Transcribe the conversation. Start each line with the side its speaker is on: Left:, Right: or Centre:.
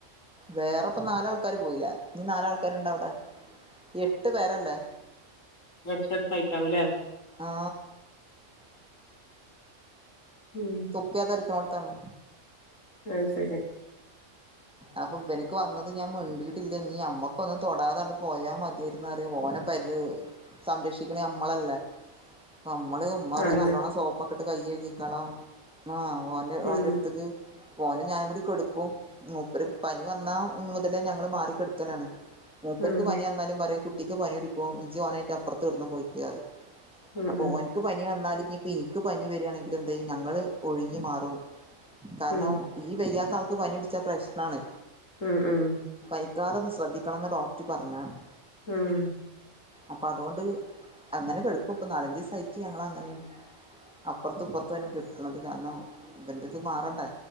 Centre: വേറെപ്പ നാലാൾക്കാര് പോയിലെ ഞ്ഞ് നാലാൾക്കാരുണ്ടവ്ടെ എട്ട് പേരല്ലേ
Left: എട്ത്തെട്ത്തായിട്ടാവുംലെ
Centre: ആ
Left: ഉം
Centre: തൊപ്പിയാതരിക്ക്ന്നോടത്താണ്
Left: ആത് സരി
Centre: അപ്പൊ ഇബര്ക്ക് വന്നത് ഞാൻ മിണ്ടീട്ടില്ലേെങ്കി ഞമ്മക്കും ഒന്നും തൊടാതാണ്ട് പോയാ മതിയേര്ന്നറയ ഓന്പയ്ല് സംരക്ഷിക്കണെ നമ്മളല്ലേ നമ്മള് ഉമ്മറിയും
Left: അതന്നെ
Centre: നല്ലോണം സോപ്പ കയ്യേകിക്കാളാ ആ ഓന് ഓന്റെട്ത്ത്ക്ക്
Left: ഉം
Centre: ഒന്ന് ഞാനും കൂടി കൊട്ക്കും നോ ഒര് പനി വന്ന മുതലേ ഞങ്ങള് മാറിക്കിട്ക്കലാണ് മൂപ്പർക്ക്
Left: ഉം
Centre: പനി വന്നാലും പറയും ട്ടിക്ക് പനിടിക്കും ജ് ഓനായിട്ട് അപ്പുത്ത് കെട്ന്നോ പോയിട്ട് റിം
Left: ഉം
Centre: അപ്പോ
Left: ഉം
Centre: ഓൻക്ക് പനി വന്നാല് ഇനിപ്പ ൻക്ക് പനിവരായാണെങ്കിൽ എന്തെയ്യും ഞങ്ങള് ഒഴിഞ്ഞു മാറും കാരണം
Left: ഉം
Centre: ഈ വയ്യാത്താ ക് പനി പിട്ച്ച പ്രശ് നാണ്
Left: ഉം ഉം
Centre: നിക്കാതത് ശ്രദ്ധിക്കണംന്ന് ഡോക്ട് പറഞ്ഞേന്ന്
Left: ഉം
Centre: അപ്പൊ അതോണ്ട് അങ്ങനെ കെട്ക്കും പ്പ നാലഞ്ചീസായ്റ്റ് ഞങ്ങളങ്ങനെയാണ് അപ്പുറത്തുപ്പറ്ത്തുന്നെ കെട്ക്കണത് കാരണം ഇവന്റെത് മാറണ്ടേ